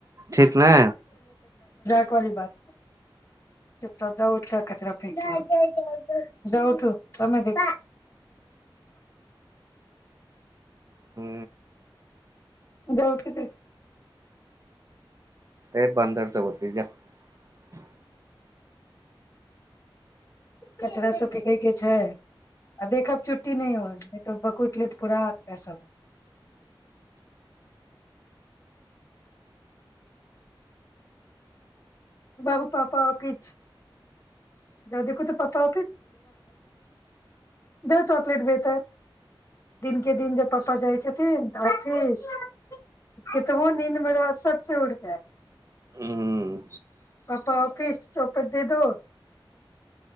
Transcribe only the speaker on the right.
ठीक ने।
हू
ए बन्दर सब होतै जा <inaudible>
ह